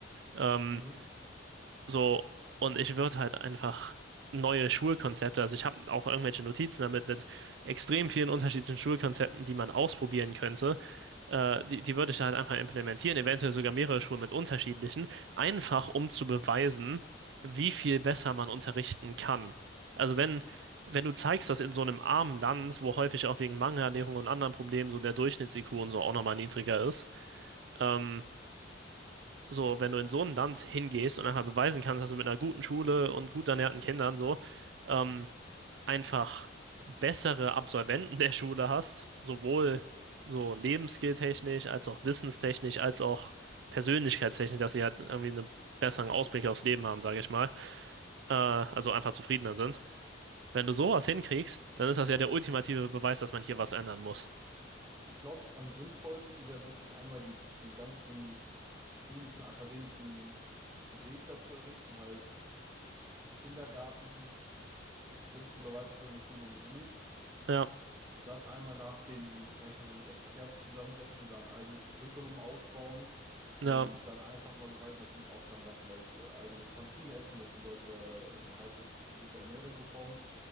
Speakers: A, on the right; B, on the right.
A: Ähm,
B: Mhm.
A: so, und ich würde halt einfach neue Schulkonzepte, also ich habe auch irgendwelche Notizen damit mit extrem vielen unterschiedlichen Schulkonzepten, die man ausprobieren könnte. Äh, die, die würde ich da halt einfach implementieren, eventuell sogar mehrere Schulen mit unterschiedlichen, einfach um zu beweisen, wie viel besser man unterrichten kann. Also wenn, wenn du zeigst, dass in so einem armen Land, wo häufig auch wegen Mangelernährung und anderen Problemen so der Durchschnitts-IQ und so auch nochmal niedriger ist, ähm, so, wenn du in so ein Land hingehst und einfach beweisen kannst, dass du mit einer guten Schule und gut ernährten Kindern so ähm, einfach bessere Absolventen der Schule hast, sowohl so lebensskilltechnisch, als auch wissenstechnisch, als auch persönlichkeitstechnisch, dass sie halt irgendwie einen besseren Ausblick aufs Leben haben, sage ich mal, äh, also einfach zufriedener sind. Wenn du sowas hinkriegst, dann ist das ja der ultimative Beweis, dass man hier was ändern muss.
B: Ich glaube, am sinnvollsten wäre wirklich einmal die, den ganzen schulischen, akademischen Weg dazu errichten, heißt Kindergarten, Grundschule, weiterführende Schule und eine Uni.
A: Ja,
B: Das einmal nach dem, vielleicht nochmal mit Experten zusammensetzen, da ein eigenes Curriculum ausbauen
A: ja,
B: und dann einfach mal beweisen, natürlich auch dann da vielleicht äh, eigenes Kantinenessen, dass die Leute da eine halbwegs gute Ernährung bekommen